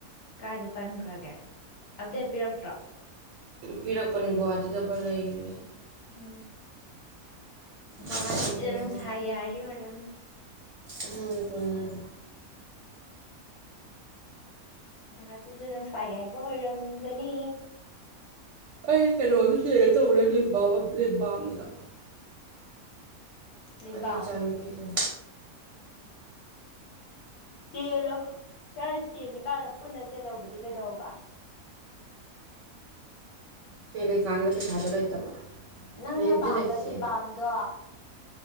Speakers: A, on the left; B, on the right.
A: ꯀꯥꯏꯗ ꯄꯟꯈ꯭ꯔꯒꯦ ꯑꯞꯗꯦꯠ ꯄꯤꯔꯛꯇ꯭ꯔꯣ
B: ꯄꯤꯔꯛꯄꯅꯤ ꯒꯨꯍꯥꯇꯤꯗ ꯄꯜ ꯂꯩꯈ꯭ꯔꯦ
A: ꯎꯝ ꯒꯨꯍꯥꯇꯤꯗ
B: ꯀꯃꯥꯏꯅ
A: ꯅꯨꯡꯁꯥ
B: ꯇꯧꯗꯣꯏꯅꯣ
A: ꯌꯥꯏꯔꯤ ꯑꯣꯏꯔꯝꯅꯤ
B: ꯎꯝ
A: ꯒꯨꯋꯥꯍꯥꯇꯤꯗ ꯅꯨꯡꯁꯥꯏ ꯌꯥꯏꯕ ꯑꯣꯏꯔꯝꯒꯅꯤ
B: ꯑꯩ ꯀꯩꯅꯣꯁꯨ ꯆꯔꯦ ꯇꯧꯔꯦ ꯂꯤꯞ ꯑꯃꯒ
A: ꯂꯩꯕꯥꯝ
B: ꯑꯩ ꯏꯆꯥ ꯅꯨꯨꯄꯤꯁꯨ
A: ꯆꯦꯜꯂꯣ ꯈꯔ ꯆꯦꯜꯂꯤꯀꯥꯟꯅ ꯄꯨꯟꯅ ꯆꯦꯜꯍꯧꯕꯗꯤ ꯀꯩꯗꯧꯕ
B: ꯆꯦꯜꯂꯤꯀꯥꯟꯗꯨꯗ ꯄꯩꯊꯥꯗꯣ ꯂꯩꯇꯕ
A: ꯅꯪꯅ
B: ꯂꯩꯕꯨꯗꯤ
A: ꯄꯥꯝꯕ
B: ꯂꯩ
A: ꯂꯤꯞꯕꯥꯝꯗꯣ
B: ꯆꯦ